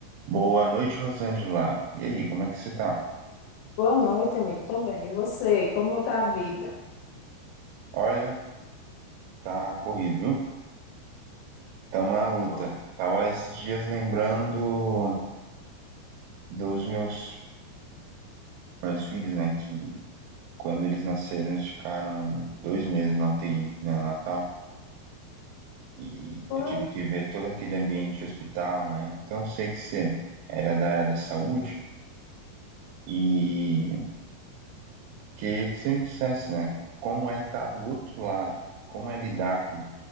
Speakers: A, on the right; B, on the left.
A: Boa noite, Rosângela. E aí, como é que você tá?
B: Boa noite, amigo. Tô bem. E você? Como tá a vida?
A: Olha, tá corrido, viu? Tamo na luta.
B: Que bom.
A: Tava esses dias lembrando dos meus, meus filhos, né? Que quando eles nasceram, eles ficaram dois meses na UTI, né, no Natal. E
B: E foi?
A: eu tive que ver todo aquele ambiente de hospital, né? Então, eu sei que você era da área da saúde e queria que você me dissesse, né? Como é estar do outro lado? Como é lidar com